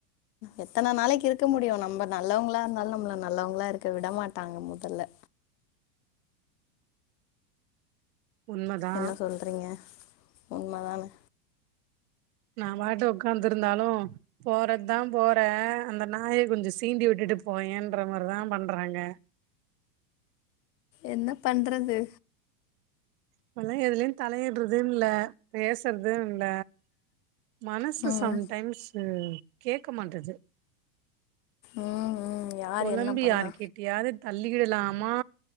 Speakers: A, on the left (about 80°); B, on the right (about 65°).
A: எத்தன நாளைக்கு இருக்க முடியு நம்ப நல்லவங்களா இர்ந்தாலு நம்மள நல்லவங்களா இருக்க விட மாட்டாங்க முதல்ல
B: உண்மதா
A: என்ன சொல்றீங்க உண்மதான
B: நா பாட்டு உக்காந்துருந்தாலு போறது தா போற அந்த நாய கொஞ்சொ சீண்டி விட்டுட்டுப் போயன்ற மார் தா பண்றாங்க
A: என்னப் பண்றது
B: இப்பல எதுலியு தலையிடுறது இல்ல பேசற்து இல்ல மனசு
A: ம்
B: சம்டைம்ஸ்சு கேக்க மாட்டுது
A: ம் ம் யார்
B: பொலம்பி
A: என்ன பண்ணா
B: யார்கிட்டயாது தள்ளிக்கிடலாம்மா